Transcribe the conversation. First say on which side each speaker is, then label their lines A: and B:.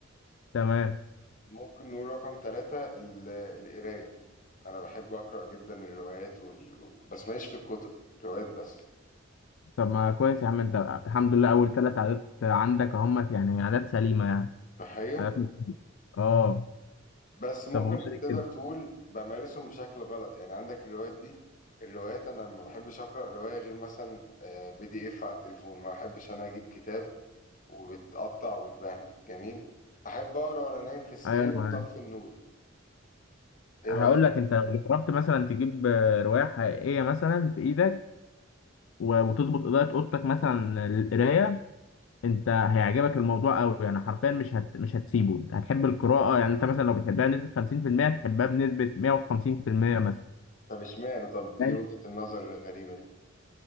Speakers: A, on the left (about 70°); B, on the left (about 40°).
A: تمام
B: ممكن نقول رقم ثلاثة القرايه انا بحب اقرا جدا الروايات وال... بس ماليش في الكتب روايات بس
A: طب ما كويس يا عم انت الحمد لله اول ثلاث عادات عندك اهمت يعني عادات سليمه يعني
B: صحيح
A: عادات اه
B: بس ممكن
A: طب وبعد
B: تقدر
A: كده
B: تقول بمارسهم بشكل غلط يعني عندك الروايات دي الروايات انا ما بحبش اقرا روايه غير مثلا بي دي اف على التليفون ما بحبش انا اجيب كتاب وبتقطع وتبهدل جميل احب اقرا وانا نايم في السرير
A: ايوه انا
B: ومطفي
A: معاك
B: النور ايه
A: هقول
B: رايك بقى؟
A: لك انت لو جربت مثلا تجيب آه، روايه حقيقيه مثلا في ايدك و- وتظبط اضاءه اوضتك مثلا للقرايه انت هيعجبك الموضوع قوي يعني حرفيا مش هت... مش هتسيبه انت هتحب القراءه يعني انت مثلا لو بتحبها بنسبه 50% تحبها بنسبه 150% مثلا
B: طب اشمعنى طب ايه
A: لأن
B: وجهه النظر الغريبه دي